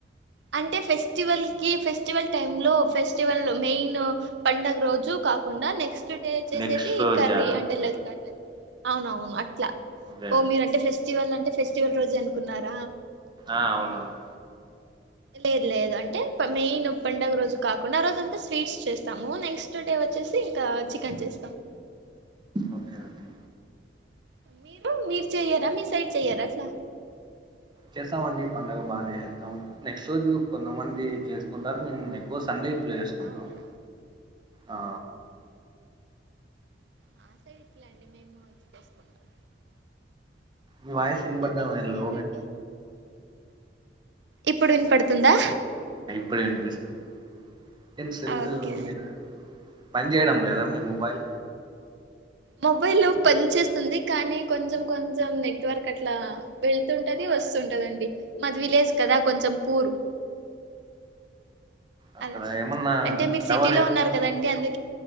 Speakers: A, on the right; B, on the right.
A: అంటే ఫెస్టివల్ కి ఫెస్టివల్ టైమ్ లో ఫెస్టివల్ మెయిన్ పడుగ రోజు కాకుండా నెక్స్ట్ టుడే వచ్చేసేది
B: నెక్స్ట్ రోజా
A: కర్రీ అంటే ల అట్ల అవునవును
B: ఓకే
A: ఓ మీరు అంటే ఫెస్ట్ ఫెస్టివల్ అంటే ఫెస్టివల్ రోజు అనుకున్నారా
B: ఆ అవునవును
A: లేదు లేదు అంటే మెయిన్ పండుగ రోజు కాకుండా ఆ రోజు అంతా స్వీట్స్ చేస్తాము నెక్స్ట్ డే వచ్చేసి ఇంకా చికెన్ చేస్తాము
B: ఓకే ఓకే
A: మీరు మీరు చెయ్యారా మీ సైడ్ చెయ్యారా అట్లా
B: చేస్తామండి పడుగ బాగానే చేస్తాం నెక్స్ట్ రోజు కొంతమంది చేసుకుంటారు మేము ఎక్కువ సండే ప్లే చేసుకుంటాం
A: అవునా
B: ఆ
A: మా సైట్లండి మేముది చేసుకుంటాం
B: మీ వాయసు తనబడ్డా
A: అయితే ఇంకేంటండి
B: లో
A: ఇప్పుడు వన్పడుతు ందా
B: అప్పుడే అనిపిస్తుంది ఏం సల్లు
A: ఓకే
B: మీరు పని చేయడం లేదా మొబైల్
A: మొబైల్ పని చేేస్తుంది కానీ కొంచెం కొంచెం నెట్వర్క్ అట్లా వెళతుంటది వస్తుంటదండి మాది విలేజ్ కదా కొంచెం పూరు
B: అక్కడ
A: అలా
B: ఏమన్నా
A: అంటే మీరు
B: టవర్
A: సిటీ లో ఉన్నారు కదండి అందు